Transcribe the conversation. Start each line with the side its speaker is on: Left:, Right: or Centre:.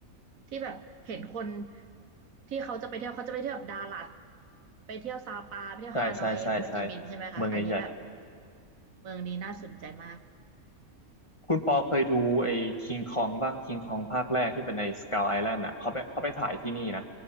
Right: ที่แบบเห็นคนที่เขาจะไปเที่ยวเขาจะไปเที่ยวแบบดาลัดไปเที่ยวซาปาไปเที่ยวฮานอยโฮจิมินห์ใช่ไหมคะอันนี้แบบ
Left: ใช่ใช่ใช่ใช่เมืองใหญ่
Right: เมืองนี้น่าสนใจมาก
Left: คุณปอเคยดูไอ้คิงคองป่ะคิงคองภาคแรกที่เป็นในสก u l ไอแลนด์อ่ะเขาไปเขาไปถ่ายที่นี่นะ